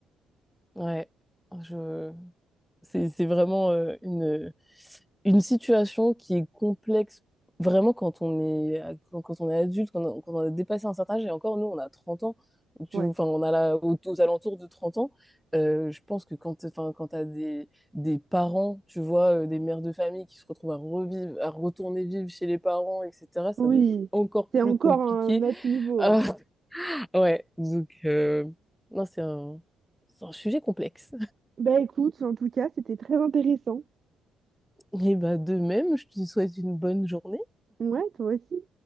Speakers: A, in the centre; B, on the right (about 40°).
A: Ouais, je... c'est c'est vraiment euh, une, une situation qui est complexe vraiment quand on est, quand, quand on est adulte, quand on, quand on a dépassé un certain âge, et encore nous, on a 30 ans, tu,
B: Ouais.
A: enfin, on a là, aux, aux alentours de 30 ans, euh, je pense que quand, enfin, quand tu as des, des parents, tu vois, euh, des mères de famille qui se retrouvent à revivre, à retourner vivre chez les parents, etc., ça
B: Oui,
A: doit être encore
B: c'est
A: plus
B: encore
A: compliqué.
B: un autre niveau,
A: Ah,
B: ouais.
A: <laughs> ouais, donc, euh, non, c'est un, c'est un sujet complexe.
B: Bah écoute, en tout cas, c'était très intéressant.
A: <laughs> Et bah, de même, je te souhaite une bonne journée.
B: Ouais, toi aussi.